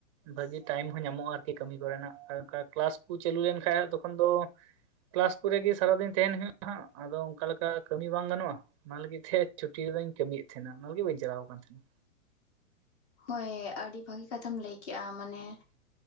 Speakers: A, on the right; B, on the left.
A: ᱵᱷᱟᱹᱜᱤ ᱴᱟᱭᱤᱢ ᱦᱚᱸ ᱧᱟᱢᱚᱜᱼᱟ᱾ ᱟᱨᱠᱤ ᱠᱟᱹᱢᱤ ᱠᱚᱨᱮᱱᱟᱜ ᱠᱮᱞᱟᱥ ᱠᱚ ᱪᱟᱹᱞᱩ ᱞᱮᱱᱠᱷᱟᱱ ᱛᱚᱠᱷᱚᱱ ᱫᱚ ᱠᱮᱞᱟᱥ ᱠᱚᱨᱮ ᱜᱮ ᱥᱟᱨᱟ ᱫᱤᱱ ᱛᱟᱦᱮᱱᱳᱜ ᱦᱩᱭᱩᱜᱼᱟ᱾ ᱟᱫᱚ ᱚᱱᱠᱟ ᱞᱮᱠᱟ ᱠᱟᱹᱢᱤ ᱵᱟᱝ ᱜᱟᱱᱚᱜᱼᱟ᱾ ᱚᱱᱟ ᱞᱟᱹᱜᱤᱫ ᱛᱮ ᱪᱷᱩᱴᱤ ᱨᱮ ᱫᱚ ᱠᱟᱹᱢᱤᱭᱮᱫ ᱛᱟᱦᱮᱱᱟ, ᱚᱱᱟ ᱞᱟᱹᱜᱤᱫ ᱵᱟᱹᱧ ᱪᱟᱞᱟᱣ ᱟᱠᱟᱱ ᱛᱟᱦᱮᱱᱟ᱾
B: ᱦᱳᱭ, ᱟᱹᱰᱤ ᱵᱷᱟᱹᱜᱤ ᱠᱟᱛᱷᱟᱢ ᱞᱟᱹᱭ ᱠᱮᱫᱟ᱾ ᱢᱟᱱᱮ